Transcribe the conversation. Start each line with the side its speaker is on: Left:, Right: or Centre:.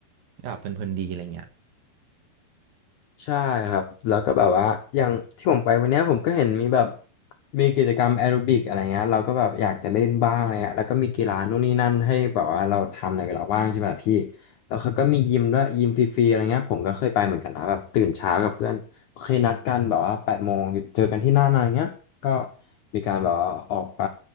Right: ก็แบบเพลินๆดีอะไรเงี้ย
Left: ใช่ครับแล้วก็แบบว่าอย่างที่ผมไปวันเนี้ยผมก็เห็นมีแบบมีกิจกรรมแอโรบิกอะไรเงี้ยเราก็แบบอยากจะเล่นบ้างอะไรเงี้ยแล้วก็มีกีฬานู่นนี่นั่นให้แบบว่าเราทำในเวลาว่างใช่ไหมล่ะพี่แล้วเขาก็มียิมด้วยยิมฟรีๆอะไรเงี้ยผมก็เคยไปเหมือนกันนะแบบตื่นเช้ากับเพื่อนเคยนัดกันแบบว่าแปดโมงเจอกันที่นั่นอะไรเงี้ยก็มีการแบบว่าออกไป